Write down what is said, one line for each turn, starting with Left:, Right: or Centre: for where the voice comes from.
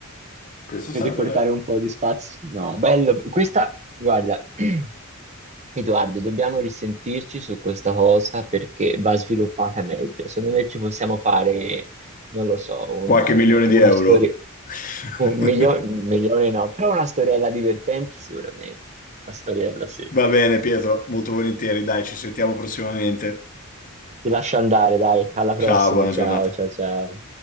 Left: Questo
Right: Per
Left: sarebbe
Right: riportare
Left: vero.
Right: un po' di spazio. No, bello. Questa, guarda, <clears throat> Edoardo, dobbiamo risentirci su questa cosa perché va sviluppata meglio. Secondo me ci possiamo fare, non lo so, un-
Left: Qualche milione
Right: una
Left: di euro.
Right: storia.
Left: <laughs>
Right: Un milio- milione no, però una storiella divertente sicuramente. Una storiella, sì.
Left: Va bene, Pietro, molto volentieri. Dai, ci sentiamo prossimamente.
Right: Ti lascio andare, dai, alla prossima,
Left: Ciao, buona
Right: ciao,
Left: giornata.
Right: ciao, ciao.